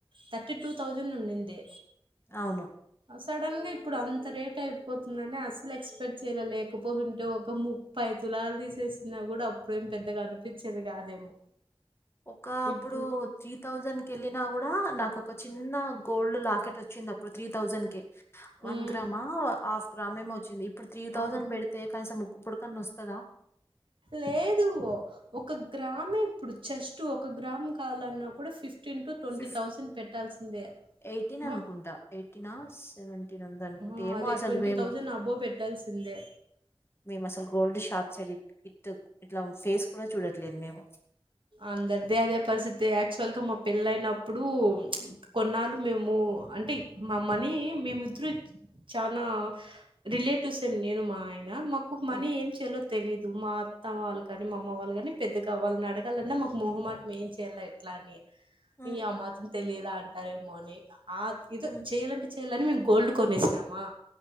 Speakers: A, on the right; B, on the left.
A: థర్టీ టూ థౌజండ్ ఉండింది
B: అవును
A: సడన్ గా ఇప్పుడు అంత రేట్ అయిపోతుందని అసలు ఎక్స్పెక్ట్ చేయలే లేకపోతుంటే ఒక ముప్పై తులాలు తీసేసిన కూడ అప్పుడేం పెద్దగా అనిపిచేది కాదేమో
B: ఒక అప్పుడు
A: ఇప్పుడు
B: త్రీ థౌజండ్ కి వెళ్ళిన కూడ నాకు ఒక చిన్న గోల్డ్ లాకెట్ వచ్చింది అప్పుడు త్రీ థౌసండ్ కి వన్
A: ఉమ్
B: గ్రామా హఫ్ గ్రామేమో వచ్చింది ఇప్పుడు త్రీ థౌజండ్
A: ఆ
B: పెడితే కనీసం ముకుప్పుడుకన్నా వస్తదా
A: లేదు ఒక గ్రామే ఇప్పుడు జస్ట్ ఒక గ్రామం కాలన్నా కూడా ఫిఫ్ fifteen to twenty
B: fif
A: thousand పెట్టాల్సిందే
B: ఎయిటీన్
A: ఆహా
B: అనుకుంటా ఎయిటీన సెవె <unintelligible>
A: ఆ
B: ఏమో
A: అదే
B: అసలు
A: ట్వంటీ
B: మేము
A: థౌజండ్ అబోవ్ పెట్టాల్సిందే
B: మేము అసలు గోల్డ్ షా టార్చర్ చూపి ఇట్ ఇట్లా ఫేస్ కూడా చూడట్లేదు మేము
A: అందరిదీ అదే పరిస్థితి యాక్చువల్ గా మా పెళ్లయినప్పుడు కొన్నాళ్ళు మేము అంటే మామనీ మేమిద్దరు చానా రిలేటివ్స్ ఏం లేరు మా ఆయ న మాకు మనీ
B: ఓకే
A: ఏం చేయాలో తెలిదు మా అత్తవాళ్లు కాని మా అమ్మ వాళ్ళు కాని పెద్దగా వాళ్ళని అడ గాలన్న మాకు మోహమాటం ఏం చేయాల ఎట్లా అని
B: ఉమ్,
A: ఇంక ఆ మాత్రం తెలిదా అంటారేమో అని ఆ ఏదో
B: ఉమ్,
A: చెయాలంటే చెయాలని మేము గోల్డ్ కొనేసినామా